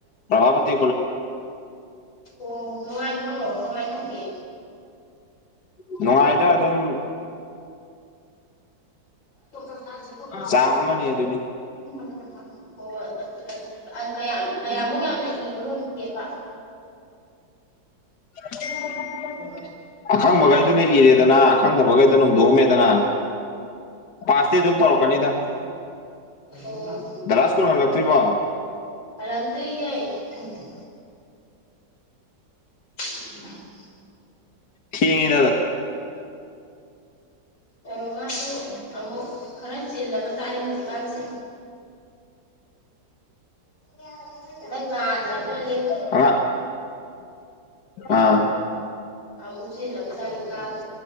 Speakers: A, on the left; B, on the left.
A: ꯄ꯭ꯔꯚꯥꯄꯇ
B: ꯑꯣ ꯅꯨꯡꯉꯥꯏꯕ꯭ꯔꯣ ꯀꯃꯥꯏꯅ ꯇꯧꯒꯦ
A: ꯅꯅꯨꯡꯉꯥꯏꯗ ꯑꯗꯨ ꯑꯗꯨꯝ
B: ꯍ ꯍꯣꯏ
A: ꯆꯥꯡ ꯑꯃꯅꯤ ꯑꯗꯨꯅꯤ
B: ꯀ <unintelligible> ꯀꯌꯥꯃꯨꯛ ꯌꯥꯝꯅ ꯏꯕ ꯉꯝꯗꯦꯕ
A: <inaudible>
B: ꯑꯣ
A: ꯑꯈꯪ ꯃꯈꯩꯗꯨꯅ ꯏꯔꯦꯗꯅ ꯑꯈꯪꯗꯕꯩꯗꯨꯅ ꯍꯨꯟꯗꯣꯛꯑꯝꯃꯦꯗꯅ ꯄꯥꯁꯇꯤ ꯑꯗꯨꯝ ꯇꯧꯔꯛꯀꯅꯤꯗ
B: ꯑꯣ
A: ꯗꯗꯥ ꯁ꯭ꯀꯨꯜ ꯍꯜꯂꯛꯇ꯭ꯔꯤꯕꯣ
B: ꯍꯔꯛꯇ ꯌꯥꯏ <unintelligible> <inaudible>
A: ꯊꯦꯡꯉꯦ꯫
B: ꯑꯣ ꯃꯥꯁꯨ ꯑꯃꯨꯛ ꯈꯔ ꯆꯤꯜꯂꯒ ꯆꯥꯠꯅꯤ ꯍꯧꯖꯤꯛꯀꯥꯟꯁꯦ ꯗ <unintelligible> ꯑꯗꯨ <unintelligible>
A: ꯑ ꯑꯥ
B: ꯑꯕꯨꯆꯂꯒ ꯆꯅꯤ ꯀꯥꯕ